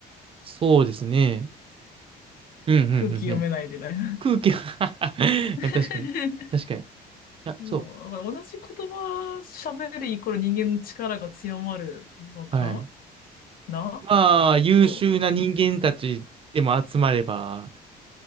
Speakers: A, on the right; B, on the left.
A: そうですね。うん、うん、
B: 空気読めないでね。
A: うん、空気は <laughs>
B: <laughs>
A: 確かに。確かに。いや、
B: そう、
A: そ
B: だから同じ言葉喋るイコール人間の力が強まるのか
A: う。はい。
B: な
A: まあ、優秀な人間たちでも集まれば
B: そう。